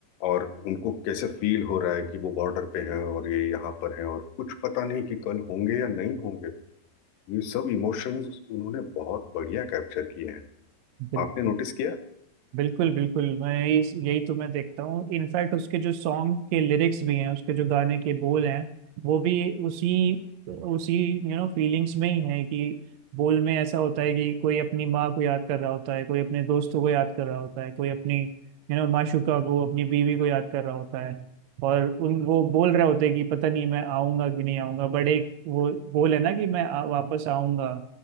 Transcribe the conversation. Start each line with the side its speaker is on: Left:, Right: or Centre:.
Left: और उनको कैसे फील हो रहा है कि वो बॉर्डर पे हैं और ये यहाँ पर हैं और कुछ पता नहीं कि कल होंगे या नहीं होंगे ये सब इमोशंस उन्होंने बहुत बढ़िया कैप्चर किए हैं
Right: है
Left: आपने नोटिस किया
Right: बिल्कुल बिल्कुल मैं यही यही तो मैं देखता हूँ इनफैक्ट उसके जो सॉन्ग के लिरिक्स भी हैं उसके जो गाने के बोल हैं वो भी उसी उसी यू नो फीलिंग्स में ही हैं कि बोल में ऐसा होता है कि कोई अपनी माँ को याद कर रहा होता है कोई अपने दोस्तों को याद कर रहा होता है कोई अपनी यू नो माशूका को अपनी बीवी को याद कर रहा होता है और उन वो बोल रहे होते हैं कि पता नहीं मैं आऊंगा कि नहीं आऊंगा बट एक वो बोल है ना कि मैं आ, वापस आऊंगा